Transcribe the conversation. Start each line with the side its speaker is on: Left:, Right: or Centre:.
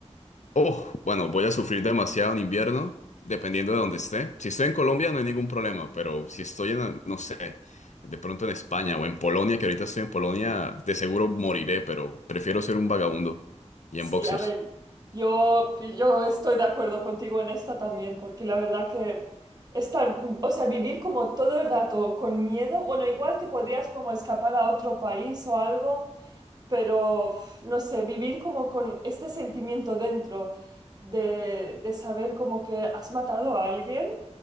Left: Oh, bueno, voy a sufrir demasiado en invierno, dependiendo de dónde esté. Si estoy en Colombia no hay ningún problema, pero si estoy en, no sé, de pronto en España o en Polonia, que ahorita estoy en Polonia, de seguro moriré, pero prefiero ser un vagabundo y
Right: Sí,
Left: en boxers.
Right: a ver, yo, yo estoy de acuerdo contigo en esta también, porque la verdad que estar, o sea, vivir como todo el rato con miedo, bueno, igual te podrías como escapar a otro país o algo, pero uf, no sé, vivir como con este sentimiento dentro de, de saber como que has matado a alguien,